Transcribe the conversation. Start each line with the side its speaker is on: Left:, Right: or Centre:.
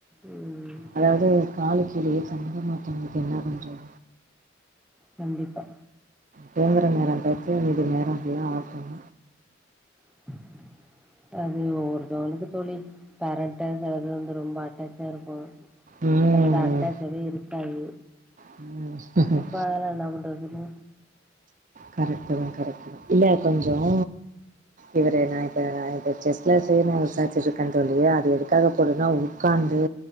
Centre: ம்.
Right: அதாவது காலுக்கு கிழயே தம்ப மாத்தங்களுக்கு என்ன பண்றது
Centre: கண்டிப்பா
Right: தூங்குற நேர பாத்து இது நேர எல்லா பாப்பாங்க
Centre: <inaudible> அது ஒவ்வொருத்தவங்களுக்கு தோழி பேரண்டா சொிலது வந்து ரொம்ப அட்டாக்கா இருக்கு
Right: ம்
Centre: சிலத அட்டாச்சாவே இருக்காது
Right: ம்
Centre: எப்ப அதெல்லா என்ன பண்றதுன்னு
Right: கரெக்ட தா கரெக்ட் தா இல்ல கொஞ்சம் இவரை நா இப்ப நான்ப்ப செஸலா செய் நா விசாரிச்சுட்டு இருக்கே தோழி அது எதுக்காக போடுனா உக்காந்து